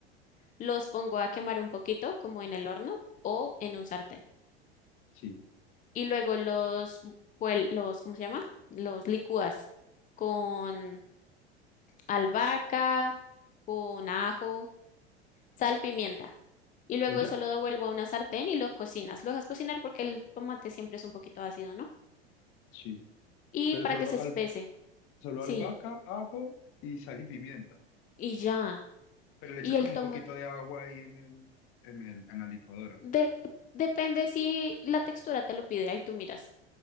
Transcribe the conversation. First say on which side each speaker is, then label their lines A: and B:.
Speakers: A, on the left (about 25°); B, on the left (about 40°).
A: los pongo a quemar un poquito, como en el horno o en un sartén.
B: sí.
A: Y luego los, vuel- los, ¿cómo se llama? Los licúas con albahaca, con ajo, sal, pimienta. Y luego
B: ¿Y ya?
A: eso lo devuelvo a una sartén y lo cocinas. Lo dejas cocinar porque el tomate siempre es un poquito ácido, ¿no?
B: Sí,
A: Y
B: pero
A: para
B: solo,
A: que se
B: al,
A: espese.
B: solo
A: Sí,
B: albahaca, ajo y sal y pimienta,
A: y ya.
B: pero le echas
A: Y el
B: como
A: tomate.
B: un poquito de agua ahí en el, en el, en la licuadora.
A: de- depende si la textura te lo pide, ahí tú miras.